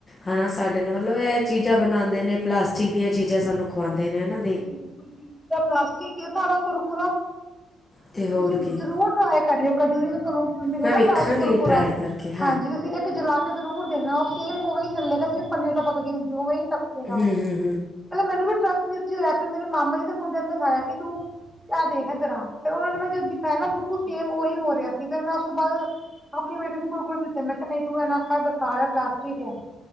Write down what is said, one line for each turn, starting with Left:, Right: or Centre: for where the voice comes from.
Left: ਹਨਾ ਸਾਡੇ ਨੇ ਮਤਲਬ ਇਹ ਚੀਜ਼ਾਂ ਬਣਾਉਂਦੇ ਨੇ ਪਲਾਸਟਿਕ ਦੀਆਂ ਚੀਜ਼ਾਂ ਸਾਨੂੰ ਖਵਾਉਂਦੇ ਨੇ ਹਨਾ।
Centre: ਬਿਲਕੁਲ ਬਿਲਕੁਲ ਪਲਾਸਟਿਕ ਹੈ ਸਾਰਾ ਕੁਰਕੁਰਾ।
Left: ਅਤੇ ਹੋਰ
Centre: ਤੁਸੀਂ
Left: ਕੀ
Centre: ਜਰੂਰ ਟਰਾਈ ਕਰ ਰਹੇ ਹੋ ਕਦੇ ਵੀ ਤੁਹਾਨੂੰ ਮਿਲੇ
Left: ਮੈਂ
Centre: ਨਾ
Left: ਵੇਖਾਂਗੀ
Centre: ਪਲਾਸਟਿਕ ਕੁਰਪੁਰਾ
Left: ਟਰਾਈ ਕਰਕੇ
Centre: ਹਾਂਜੀ ਤੁਸੀਂ ਇਕ ਜਲਾ ਕੇ ਜ਼ਰੂਰ ਦੇਖਣਾ ਉਹ ਸੇਮ ਉਵੇਹੀ ਹੀ ਚੱਲੇਗਾ ਜਿਵੇਂ ਪੰਨੀ ਟਪਕਦੀ ਹੁੰਦੀ ਉਵੇ ਸਚੀ ਦਸ,
Left: ਹੂੰ ਹੂੰ
Centre: ਪਹਿਲੇ ਮੈਨੂੰ ਵੀ ਟਰਸਟ ਕੁਛ ਨੀ ਹੋਇਆ, ਫਿਰ ਮੇਰੇ ਮਾਮਾ ਜੀ ਦੇ ਮੁੰਡੇ ਨੂੰ ਦਿਖਾਇਆ ਕੀ ਤੂੰ, ਤੇ ਐ ਦੇਖ, ਇੱਧਰ ਆ। ਫੇਰ ਉਹਨਾ ਨੇ ਮੈਂ ਜੋਂ ਦਿਖਾਇਆ ਨਾ, ਬਿਲਕੁਲ ਸੇਮ ਉਹੀ ਹੋ ਰਿਹਾ ਸੀ, ਫਿਰ ਮੈਂ ਉਸ ਤੋਂ ਬਾਅਦ ਆਪਣੇ ਬੇਟੇ ਨੂੰ ਬਿਲਕੁਲ ਨਹੀਂ ਦਿੱਤੇ, ਮੈਂ ਕਿਹਾ ਨਹੀਂ ਤੂੰ ਇੰਨਾ ਨਾ ਖਾ, ਬੈਕਾਰ ਹੈ ਪਲਾਸਟਿਕ ਹੈ।